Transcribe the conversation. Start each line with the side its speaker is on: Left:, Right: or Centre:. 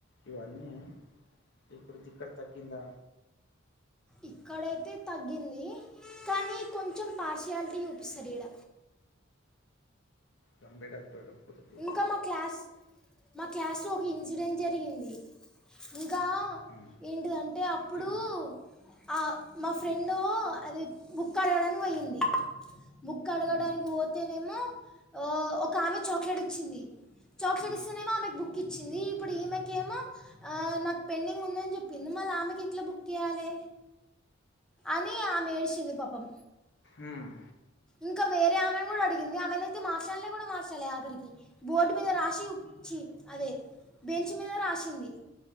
Left: ఇవన్నీ ఇప్పుడు దిక్కడ తగ్గిందా.
Centre: ఇక్కడైతే తగ్గింది కానీ కొంచెం పార్షియాలిటీ చూపిస్తరు ఇడ
Left: గంభేట చట పోతపోతు
Centre: ఇంకా మా క్లాస్ మా క్లాస్లో ఒక ఇన్సిడెంట్ జరిగింది. ఉ ఇంకా
Left: ఉమ్.
Centre: ఏంటిదంటే అప్పుడు
Left: ఇగో
Centre: ఆ మా ఫ్రెండు అది బుక్ అడగడానికి పోయింది. బుక్ అడగడానికి
Left: ఉమ్,
Centre: పోతేనేమి మొ ఒక ఆమె చో ట్లాడిచ్చింది చాక్లెట్
Left: ఉమ్,
Centre: ఇస్తేనేమో ఆమెకు బుక్ కిచ్చింది ఇప్పుడు ఈమెకేమో ఆ నాకు పెండింగ్ ఉందని చెప్పింది, మళ్ళీ ఆమెకి ఇట్లా బుక్ ఇయాలీ అని ఆమె ఏడిచింది పాపం
Left: ఉమ్,
Centre: ఇంకా వేరే ఆమెను కూడా అడిగింది, ఆమెను అయితే మార్చాలే కూడా మార్చలె ఆఖరి బోర్డు మీద రాసివు చ్చి అదే బెంచ్ మీద రాసింది